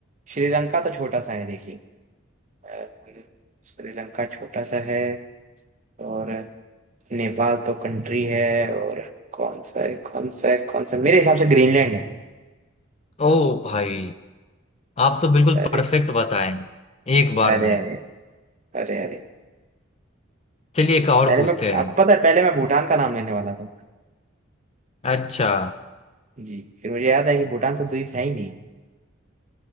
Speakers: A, on the right; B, on the left.
A: श्रीलंका तो छोटा सा है देखिए अ, श्रीलंका छोटा सा है और नेपाल तो कंट्री है और कौन सा है कौन सा है कौन सा मेरे हिसाब से ग्रीनलैंड है
B: ओ भाई आप तो बिल्कुल
A: अरे
B: परफेक्ट बताएं एक बार
A: अरे
B: में
A: अरे अरे अरे
B: चलिए एक और
A: पहले
B: पूछते
A: मैं
B: हैं
A: आपको पता है पहले मैं भूटान का नाम लेने वाला था
B: अच्छा
A: जी फिर मुझे याद है कि भूटान तो द्वीप है ही नहीं